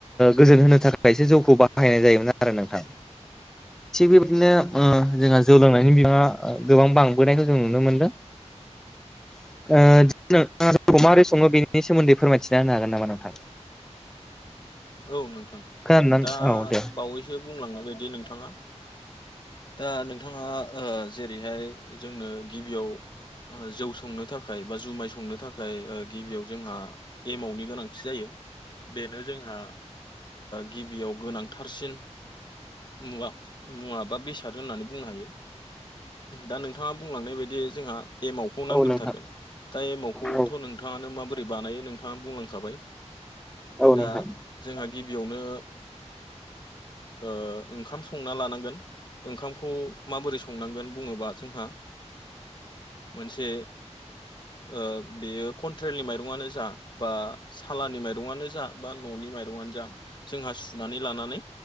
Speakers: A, in the centre; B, on the left.
A: गोजोन होनो थाखायसो जौखौ बाहायनाय जायोमोन आरो नोंथां
B: <inaudible>
A: थिग बेबायदिनो जोंहा जौ लोंनायनि बिबाङा गोबां बांबोनायखौ जों नुनो मोनदों।
B: नोंथां
A: <inaudible> मारै सङो बेनि नि सोमोन्दै फोरमायथिना होनो हागोन नामा नोंथां?
B: औ नोंथां
A: खोनादोंना नोंथां?
B: दा
A: औ दे
B: बावैसो बुंलांनाय बायदि नोंथाङा। दा नोंथाङा जेरैहाय जोंनो गिबियाव। जौ संनो थाखाय बा जुमाय संनो थाखाय गिबियाव जोंहा एमावनि गोनांथि जायो। बेनो जोंहा गिबियाव गोनांथारसिन मुवा मुवा बा बेसाद होननानै बुंनो हायो। दा नोंथाङा बुंलांनाय बायदि जों एमाव खौ नांग्रोथारगोन
A: औ नोंथां
B: दा एमाव खौथ'
A: औ
B: नोंथाङानो माबोरै। बानायो नोंथाङा बुंलांखाबाय।
A: औ
B: दा
A: नोंथां।
B: जोंहा गिबियावनो ओंखाम संना लानांगोन ओंखामखौ माबोरै संनांगोन बुङोबा जोंहा। मोनसे ओ बेयो कन्ट्रेलनि माइरंआनो जा। बा सालानि माइरंआनो जा बा न'नि माइरंआनो जा जोंहा सुनानै लानानै।